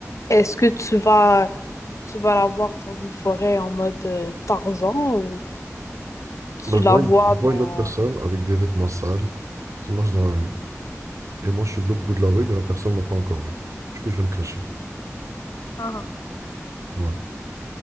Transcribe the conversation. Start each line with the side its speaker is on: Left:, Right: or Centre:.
Left: est-ce que tu vas, tu vas la voir dans une forêt en mode euh, Tarzan ou tu
Right: Ben, je
Left: la
Right: vois
Left: vois
Right: une, je
Left: dans...
Right: vois une autre personne avec des vêtements sales qui marche dans la rue. Et moi, je suis de l'autre bout de la rue, mais la personne m'a pas encore vu. Du coup, je vais me cacher.
Left: Ah.
Right: Ouais.